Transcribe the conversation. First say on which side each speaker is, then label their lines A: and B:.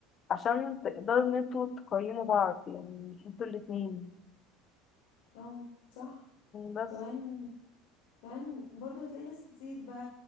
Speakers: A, on the left (about 30°); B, on the left (about 60°).
A: عشان تقدروا ان انتوا تقيموا بعض يعني انتوا الاتنين
B: اه صح
A: بس
B: كمان كمان برضه هتلاقي ناس كتير بقى